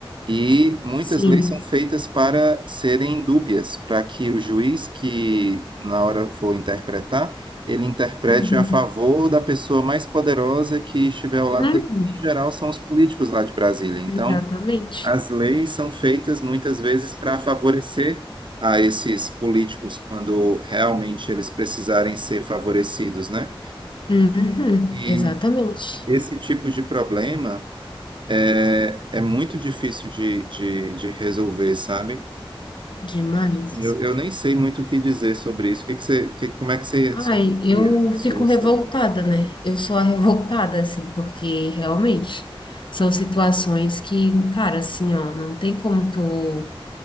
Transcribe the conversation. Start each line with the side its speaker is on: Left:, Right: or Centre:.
Right: e muitas
Left: Sim.
Right: leis são feitas para serem dúbias, para que o juiz que na hora for interpretar, ele interprete
Left: Uhum.
Right: a favor da pessoa mais poderosa que estiver ao lado
Left: Uhum.
Right: dele. Em geral, são os políticos lá de Brasília. Então,
Left: Exatamente.
Right: as leis são feitas muitas vezes para favorecer a esses políticos quando realmente eles precisarem ser favorecidos, né?
Left: Uhum,
Right: E
Left: exatamente.
Right: esse tipo de problema É é muito difícil de, de, de resolver, sabe?
Left: Demais.
Right: Eu, eu nem sei muito o que dizer sobre isso. O que que você, que, como é que você
Left: Ai,
Right: sugeria
Left: eu
Right: a solução?
Left: fico revoltada, né? Eu sou a revoltada, assim, porque realmente são situações que, cara, assim, ó, não tem como tu.